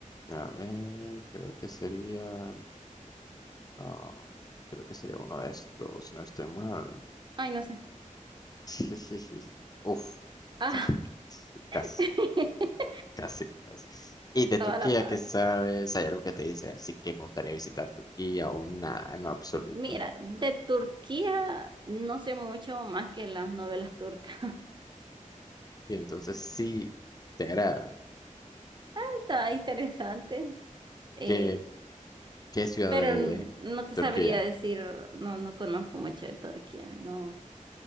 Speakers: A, on the left; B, on the right.
A: A ver, creo que sería. ah, creo que sería uno de estos, si no estoy mal.
B: Ay, no sé.
A: <laughs> Uf.
B: Ah,
A: ah, Casi,
B: <laughs>
A: casi, casi. ¿Y
B: estaba
A: de Turquía
B: a la par.
A: qué sabes? ¿Hay algo que te dice? Así que me gustaría visitar Turquía o nada, en lo absoluto.
B: Mira, de Turquía no sé mucho más que las novelas turcas.
A: Y entonces sí, será
B: <laughs> Está interesante, eh,
A: que. ¿Qué ciudad
B: pero
A: de,
B: n-
A: de
B: no te
A: Turquía?
B: sabría decir, no, no conozco mucho de Turquía, no,